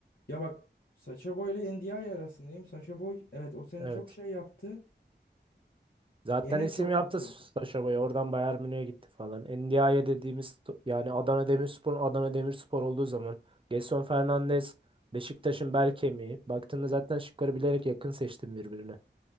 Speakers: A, on the left; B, on the right.
A: Ya bak Sacha Boy ile NDI arasındayım. Sacha Boy evet o sene
B: Evet.
A: çok şey yaptı.
B: Zaten
A: Yine
B: isim
A: çok
B: yaptı
A: yüksektir.
B: Saşa Boy. Oradan Bayern Münih'e gitti falan. NDI'ye dediğimiz t- yani Adana Demirspor Adana Demirspor olduğu zaman Gelson Fernandes Beşiktaş'ın bel kemiği. Baktığında zaten şıkları bilerek yakın seçtim birbirine.